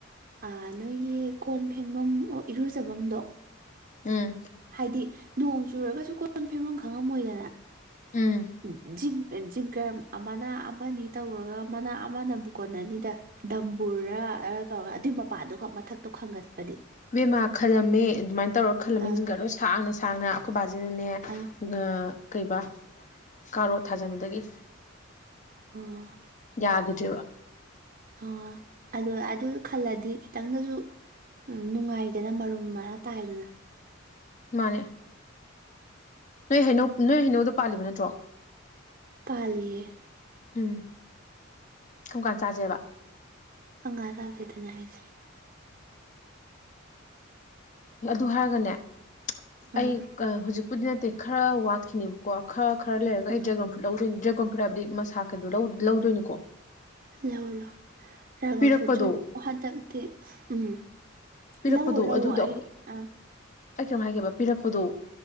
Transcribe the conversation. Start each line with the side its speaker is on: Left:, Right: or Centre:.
Right: ꯑꯥ ꯅꯣꯏꯒꯤ ꯀꯣꯟ ꯐꯦꯡꯐꯝ ꯑꯣ ꯏꯔꯨꯖꯕꯝꯗꯣ
Left: ꯎꯝ
Right: ꯍꯥꯏꯗꯤ ꯅꯣꯡ ꯆꯨꯔꯒꯁꯨ ꯀꯣꯟꯣꯟ ꯐꯦꯟꯐꯝ ꯈꯪꯉꯝꯃꯣꯏꯗꯅꯖꯤꯝ
Left: ꯎꯝ
Right: ꯖꯤꯡꯒꯔ ꯑꯃꯅ ꯑꯃꯅꯤ ꯇꯧꯔꯒ ꯃꯅꯥ ꯑꯃꯅꯕꯨꯛ ꯀꯣꯟꯅꯅꯤꯗ ꯗꯝꯕꯨꯔ ꯇꯧꯔꯒ ꯑꯗꯨꯒꯤ ꯃꯄꯥꯥꯟꯗꯨ ꯈꯛ ꯃꯊꯛꯇꯣ ꯈꯪꯒꯠꯄꯗꯤ
Left: ꯑꯦꯃ ꯈꯜꯂꯝꯃꯦ ꯑꯗꯨꯃꯥꯏꯅ ꯇꯧꯔ ꯈꯜꯂꯝꯃꯤꯁꯤꯡꯒ
Right: ꯑꯥ
Left: ꯂꯣꯏ ꯁꯥꯡꯅ ꯁꯥꯡꯅ ꯑꯩꯈꯣꯏ ꯕꯥꯁꯤꯅꯅꯦ
Right: ꯑꯥ
Left: ꯉꯥ ꯀꯩꯕꯥ ꯀꯥꯔꯣ ꯊꯥꯖꯕꯗꯒꯤ
Right: ꯑꯥ
Left: ꯌꯥꯈꯤꯗ꯭ꯔꯤꯕ
Right: ꯑꯣ ꯑꯗꯨ ꯑꯗꯨ ꯈꯜꯂꯗꯤ ꯈꯤꯇꯪꯗꯁꯨ ꯎꯝ ꯅꯨꯡꯉꯥꯏꯗꯅ ꯃꯔꯨꯝ ꯃꯔꯥꯡ ꯇꯥꯏꯗꯅ
Left: ꯃꯥꯅꯦ ꯅꯣꯏ ꯍꯩꯅꯧ ꯅꯣꯏ ꯍꯩꯅꯧꯗ ꯄꯥꯜꯂꯤꯕ ꯅꯠꯇ꯭ꯔꯣ
Right: ꯄꯥꯜꯂꯤꯌꯦ
Left: ꯎꯝ ꯁꯨꯡꯀꯥꯟ ꯆꯥꯥꯁꯦꯕ
Right: ꯑꯉꯥꯡ ꯇꯥꯗꯗꯅ ꯍꯥꯏꯁꯦ
Left: ꯑꯗꯨ ꯍꯥꯏꯔꯒꯅꯦ ꯑꯩ
Right: ꯑꯥ
Left: ꯍꯧꯖꯤꯛꯄꯨꯗꯤ ꯅꯠꯇꯦ ꯈꯔ ꯋꯥꯠꯈꯤꯅꯦꯕꯀꯣ ꯈꯔ ꯈꯔ ꯂꯩꯔꯒ
Right: ꯑꯥ
Left: ꯑꯩ ꯗ꯭ꯔꯦꯒꯣꯟ ꯐ꯭ꯔꯨꯠ ꯂꯧꯗꯣꯏꯅꯤ ꯗ꯭ꯔꯦꯒꯣꯟ ꯐ꯭ꯔꯨꯠ ꯍꯥꯏꯕꯗꯤ ꯃꯁꯥ ꯀꯩꯗꯣ ꯂꯧꯗꯣꯏꯅꯤꯀꯣ
Right: ꯂꯥꯛꯑꯣ ꯂꯥꯛꯑꯣ ꯔꯥꯒꯣꯟ
Left: ꯄꯤꯔꯛꯄꯗꯣ
Right: ꯐꯨꯠꯁꯨ ꯍꯟꯗꯛꯇꯤ ꯎꯝ
Left: ꯄꯤꯔꯛꯄꯗꯣ
Right: ꯂꯧꯑꯣ ꯂꯧꯑꯣ
Left: ꯑꯗꯨꯗꯣ
Right: ꯑꯩ
Left: ꯑꯩꯈꯣꯏ
Right: ꯑ
Left: ꯑꯩ ꯀꯩꯅꯣ ꯍꯥꯏꯒꯦꯕ ꯄꯤꯔꯛꯄꯗꯨ